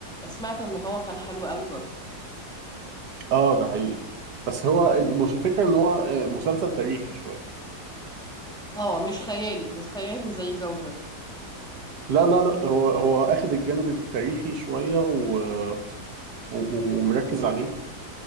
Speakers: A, in the centre; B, on the right.
A: سمعت ان هو كان حلو قوي برضو
B: اه ده حقيقي بس هو المش- الفكره ان هو آه، مسلسل تاريخي شويه
A: اه مش خيالي مش خيالي زي جودر
B: لا لا لا هو هو اخد الجانب التاريخي شويه و و- و- ومركز عليه